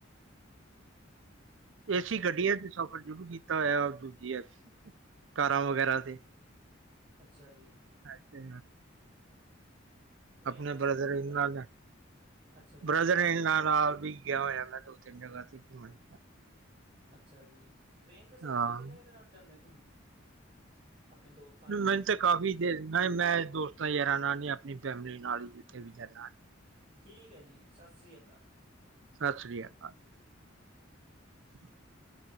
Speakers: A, on the right (about 30°); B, on the right (about 65°).
A: ਅੱਛਾ
B: ਏਸੀ
A: ਜੀ
B: ਗੱਡੀਆਂ ਚ ਸਫ਼ਰ ਜਰੂਰ ਕੀਤਾ ਹੋਇਆ ਦੂਜੀਆਂ ਕਾਰਾਂ ਵਗੈਰਾ ਤੇ
A: ਅੱਛਾ ਜੀ
B: ਅੱਛਾ
A: ਟ੍ਰੇਨ
B: ਆਪਨੇ
A: ਦਾ ਸਫ਼ਰ
B: ਬ੍ਰਦਰ
A: ਸਰ
B: ਇਨ
A: ਤਾਂ
B: ਲਾ ਨਾਲ
A: ਅੱਛਾ ਜੀ
B: ਬ੍ਰਦਰ ਇਨ ਲਾ ਨਾਲ ਵੀ ਗਿਆ ਹੋਆ ਮੈਂ ਦੋ ਤਿੰਨ ਜਗਾ ਤੇ ਘੁੰਮਣ
A: ਅੱਛਾ ਜੀ ਟ੍ਰਰੇਨ 'ਤੇ ਸਰ
B: ਹਾਂ
A: ਤੁਸੀਂ ਕਿੰਨੇ-ਕਿੰਨੇ ਨਾਲ ਜਾਂਨੇਔ ਘੁੰਮਣ ਆਪਨੇ ਦੋਸਤਾ
B: ਮੈਨੂੰ ਤਾਂ ਕਾਫ਼ੀ ਦੇਰੀ ਨਹੀ ਮੈਂ ਦੋਸਤਾਂ ਯਾਰ ਨਾਲ ਨੀ ਆਪਣੀ ਫੈਮਿਲੀ ਨਾਲ ਕਿ ਵੀ <unintelligible>
A: ਠੀਕ ਹੈ ਜੀ ਸਸਿ ਸ਼੍ਰੀ ਅਕਾਲ ਜੀ
B: ਸਸਿ ਸ਼੍ਰੀ ਅਕਾਲ <unintelligible>